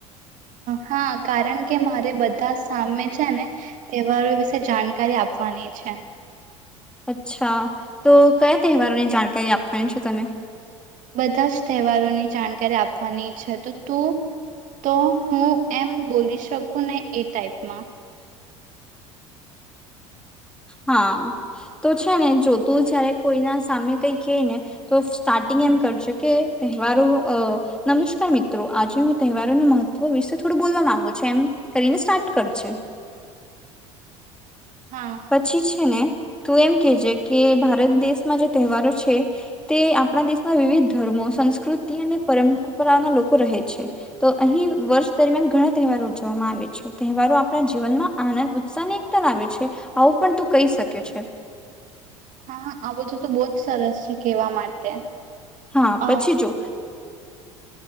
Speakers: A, on the right; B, in the centre.
A: હા કારણ કે મારે બધા સામે છે ને.. <unintelligible> વિશે જાણકારી આપવાની છે.
B: અચ્છા તો કયા તહેવારોની જાણકારી આપવાની છે તને
A: બધા જ તહેવારોની જાણકારી આપવાની છે તો તું તો હું એમ.. બોલી શકું ને એ ટાઈપ.. ના
B: હા તો છે ને જોતું જયારે કોઈના સામે કઈ કેય ને તો સ્ટાર્ટિંગ એમ કરજે કે તહેવારો અ નમસ્કાર મિત્રો આજે હું તહેવારોનું મહત્વ વિશે થોડું બોલવા માંગુ છું એમ કરીને સ્ટાર્ટ કરજે.
A: હા
B: પછી છે ને તું એમ કેજે કે ભારત દેશમાં જે તહેવારો છે તે આપણા દેશમાં વિવિધ ધર્મો સંસ્કૃતિ અને પરંપરાના લોકો રહે છે તો અહીં વર્ષ દરમિયાન ઘણા તહેવારો ઉજવામાં આવે છે તહેવારો આપણા જીવનમાં આનંદ ઉત્સાહને એકતા લાવે છે. આવું પણ તું કહી શકે છે.
A: હા આ બધું તો બહુ જ સરસ છે કહેવા માટે
B: હા
A: અ
B: પછી જો